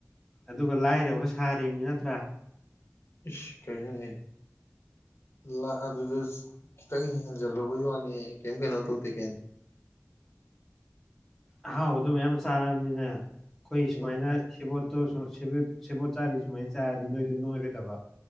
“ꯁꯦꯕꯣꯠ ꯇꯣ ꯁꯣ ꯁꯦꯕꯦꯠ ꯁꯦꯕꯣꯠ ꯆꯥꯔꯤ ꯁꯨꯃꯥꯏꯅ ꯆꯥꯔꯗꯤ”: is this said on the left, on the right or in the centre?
Centre